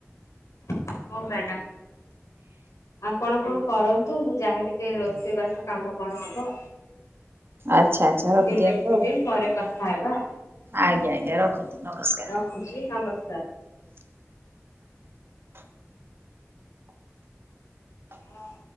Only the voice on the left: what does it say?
ହଁ, ‌ ମ୍ୟାଡାମ୍। ଆପଣ କଣ କରନ୍ତୁ, ମୁଁ ଯାହେ ଟିକେ ରୋଷେଇ ବାସ କାମ କଣ ହବ।
ଟିକେ
ଦେଖିଦେ,
ପରେ କଥା ହେବା।
ରଖୁଚି, ନମସ୍କାର। ହଁ।